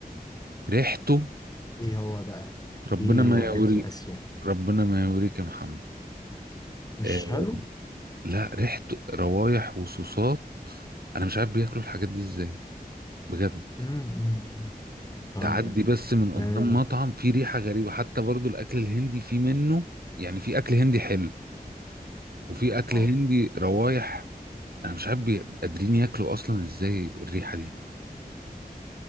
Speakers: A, on the right; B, on the left.
A: ريحته
B: ايه هو بقى
A: ربنا
B: ايه
A: ما
B: هو
A: يوري
B: اكل اسيا
A: ربنا ما يوريك يا محمد
B: مش
A: آه
B: حلو
A: لا ريحة روايح وصوصات انا مش عارف بياكلوا الحاجات دي ازاي بجد
B: امم فهمتك
A: تعدي بس من قدام
B: اه
A: مطعم فيه ريحة غريبة حتى برضو الاكل الهندي فيه منه يعني في اكل هندي حلو وفي اكل
B: آه.
A: هندي روايح انا مش عارف بي- قادرين ياكلوا اصلا ازاي الريحة دي